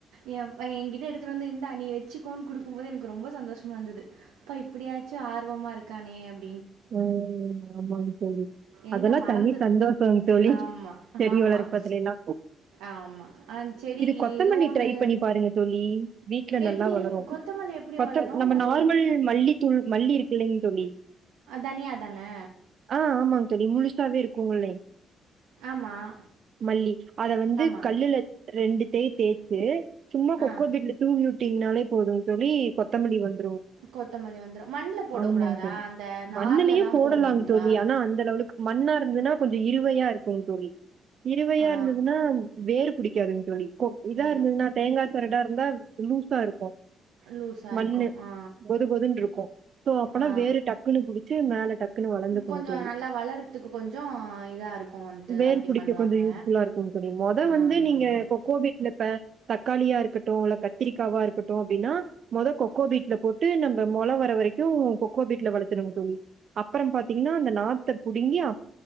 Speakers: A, on the right; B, on the right.
A: எ அவ எகிட்ட எடுத்து வந்து இந்தா நீ வெச்சுக்கோன் கொடுக்கும் போது எனக் கு ரொம்ப சந்தோஷமா இருந்தது பா இப்டியாச்சு ஆர்வமா இருக்கானே அப்
B: உஹ் உஹ் ஆமாங்க தோழி
A: எங்கே
B: அதெல்லா
A: மறந்துரு
B: தணி சந்தோஷொ தோழி
A: ஆமாம்
B: செடி
A: ஆமாம்
B: வளர்ப்பதுல எல்லா
A: ஆமாம் ஆ செடி
B: இது கொத்தமல்லி
A: ஏதோ ஒன்று
B: ட்ரை பண்ணி பாருங்க தோழி வீட்ல நல்லா
A: எப்படி
B: வளரு
A: கொத்தமல்லி எப்படி
B: கொத்த
A: வளரும்
B: நம்ம
A: அது
B: நார்மல் மல்லி தூள் மல்லி இருக்கு இல்லைங்க தோழி
A: தனியாக தானே
B: ஆஹ் ஆமாங்க தோழி முழுசாவே இருக் கூல
A: ஆமாம்
B: மல்லி அத வந்து
A: ஆமாம்
B: கல்லுல ரெண்டுத்தையு தேச்சு சும்மா கொக்கொப்பிட்ல
A: ஆ
B: தூவி வுட்டிங்க்னாலே போதுங்க தோழி கொத்தமலி வந்
A: கொத்தமல்லி வந்துரு மண்ல போடக்
B: ஆமாங்க
A: கூடாதா
B: தோழி
A: அந்த நாரில்
B: மண்ணுலயு
A: தான்
B: போடலாங்க
A: போடணுங்களா
B: தோழி ஆனா அந்த லெவல்லுக்கு மண்ணா இருந்ததுன்னா கொஞ்சொ இருவையா இருக்குங் கு தோழி இருவையா
A: ஆ
B: இருந்ததுன்னா வேறு பிடிக்காதுங்க் தோழி கோ இதா
A: இரு
B: இருந்தது நா தேங்கா சரடா இருந்தா லூஸா இருக்கூ
A: லூஸாக
B: மண்ணு
A: இருக்கும் ஆ
B: பொது பொதுன்னு இருக்கூ சோ அப்பனா
A: ஆ
B: வேறு டக் பு புடிச்சு மேலத் டக்குன்னு வளந்துக்குங்க்
A: கொஞ்சம்
B: தோழி
A: நல்லா வளர்கிறதுக்கு கொஞ்சம் இதாக இருக்கும்ன்ட்டு
B: வேர்
A: அப்படி
B: பிடிக்க
A: பண்ணுவாங்க
B: கொஞ்சொ யூஸ் ஃபுல்லா இருக்குங் தோழி மொத வந்து
A: ஆமாம்
B: நீங்க
A: ஆமாம்
B: இப்போ கோவிட்லப்ப தக்காளியா இருக்கட்டு இல்ல கத்திரிக்காவா இருக்கட்டு அப்டின்னா மொத கொக்கோபீட்ல போட்டு நம்ம மொள வர வரைக்கூ கொக்கோபீட்ல வளத் துடுங்க தோழி அப்றம் பாத்தீங்கன்னா அந்த நாத்த புடுங்கி அப்